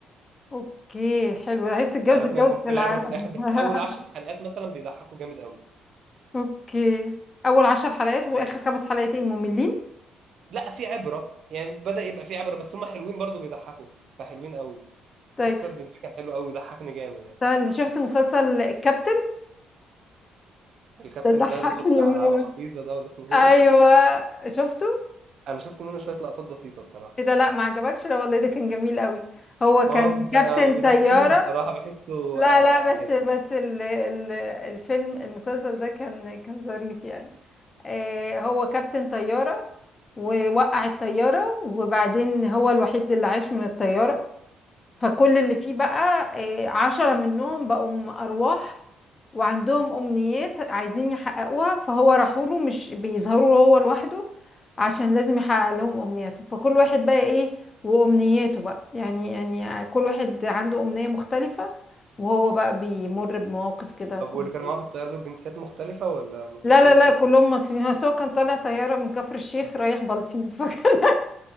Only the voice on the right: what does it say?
فلازم
يكون
في
العبره في الاخر بس
اول عشر حلقات مثلا بيضحكوا جامد قوي
لا في عبره يعني بدا يبقى في عبره بس هم حلوين برضو بيضحكوا فحلوين قوي
المسلسل بالنسبه لي كان حلو قوي وضحكني جامد يعني
الكابتن
ده اللي هو بتاع
ابو حفيظه ده ولا اسمه ايه
ده
انا شفت منه شويه لقطات بسيطه بصراحه
ما هو بيض-
ما بيضحكنيش
بصراحه بحسه
آه،
عادي
طب
واللي كانوا معاه في الطياره دول جنسيات مختلفه ولا مصريين
كلهم